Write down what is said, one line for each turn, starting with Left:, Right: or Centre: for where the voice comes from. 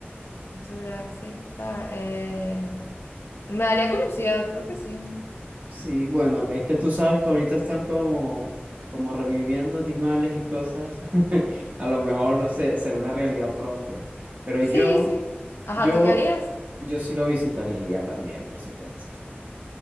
Left: Jurassic Park. eh, me daría curiosidad, creo que sí.
Right: Sí, bueno, es que tú sabes que ahorita están como, como reviviendo animales y cosas. <laughs> A lo mejor se- será una realidad pronto. Pero
Left: Sí,
Right: yo,
Left: sí. Ajá,
Right: yo,
Left: ¿tú qué harías?
Right: yo sí lo visitaría también, por supuesto.